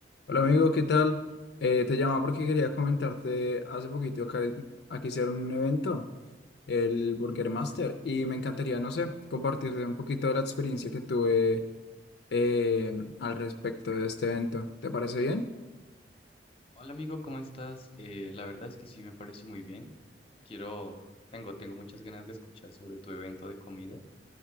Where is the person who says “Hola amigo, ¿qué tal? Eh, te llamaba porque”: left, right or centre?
Left